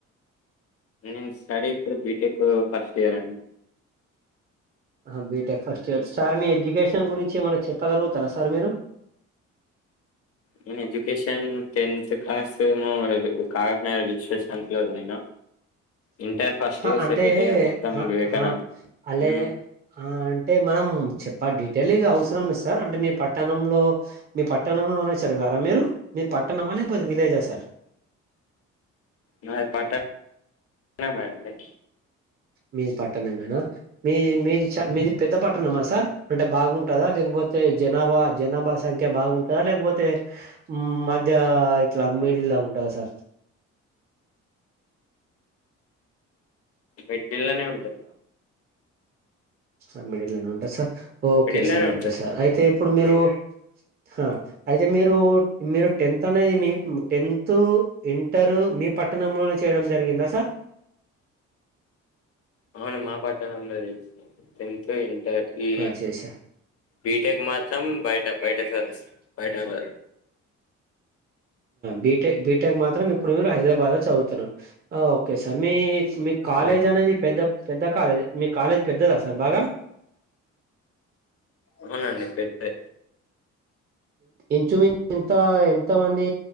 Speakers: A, on the left; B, on the right.
A: నేన్ స్టడీ ఇప్పుడు బీటెకు ఫస్ట్ ఇయర్ అండి
B: ఆహా బీటెక్ ఫస్ట్ ఇయర్ సార్ మీ ఎడ్యుకేషన్ గురించి ఏమన్నా చెప్పగలుగుతారా సార్ మీరు
A: నేను ఎడ్యుకేషన్ టెన్త్ క్లాస్ ఏమో కాగట్న విశ్వశాంతి లో చదివిన ఇంటర్ ఫస్ట్
B: హా
A: ఇయర్
B: అంటే
A: సెకండ్ ఇయర్ మొత్తం
B: హా
A: వివేకానంద
B: హా అళే
A: ఉమ్,
B: ఆ అంటే మనం చెప్పా డీటెయిల్ గా అవుస్ సరం లేదు సార్ అంటే మీ పట్టణంలో మీ పట్టణంలోనే చదివారా మీరు మీది పట్టణం మా లేకపోతే విలేజా సార్
A: నా పట మే అండి
B: మీది పట్టణమేనా మీ మీది చ మీది పెద్ద పట్టణమా సార్ అంటే బాగుంటందా లేకపోతే జనాభా జనాభా సంఖ్ క్యా బాగుంటందా లేకపోతే మధ్య ఇట్లా మెడిల్లా ఉంటందా సార్
A: మిడిల్ లోనే ఉంటా
B: సార్ మిడిల్ లోనే ఉంటా సార్ ఓకే
A: మిడిల్లోనే
B: సార్ ఓకే
A: ఉంటది
B: సార్
A: మాది
B: అయితే ఇప్పుడు మీరు ఆ అయితే మీరు మీరు టెన్త్ అనేది మీ టెన్త్ ఇంటరు మీ పట్టణంలోనే చేయడం జరిగిందా సార్
A: అవును మా పట్టణంలో చేశానా టెంత్ ఇంటర్ ఈ
B: ఆ చేశారు
A: బీటెక్ మాత్రం బయట బయట
B: విజేకు
A: సర్వీస్
B: మాత్తం
A: బయట
B: బయటే
A: వారు.
B: బీటెక్ బీటెక్ మాత్రం ఇప్పుడు మీరు హైదరాబాద్ లో చదువుతున్నారు ఓకే సార్ మీ మీ కాలేజ్
A: అవును
B: అనేది పెద్ద పెద్ద కాలేజ్ మీ కాలేజ్ పెద్దదా సార్ బాగా
A: అవునండి పెద్దే
B: ఇంచుమించు ఇంత ఎంత మంది